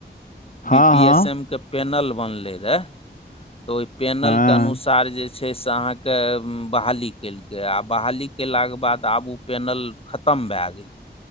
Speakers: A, on the left (about 50°); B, on the left (about 30°).
A: हँ
B: बी पी एस
A: हँ
B: एम क पैनल बनलै रहा ओय पैनलके
A: हँ
B: अनुसार जे छै से अहाँके बहाली केलकै आ बहाली कलाक बाद आब उ पैनल खतम भए गेल।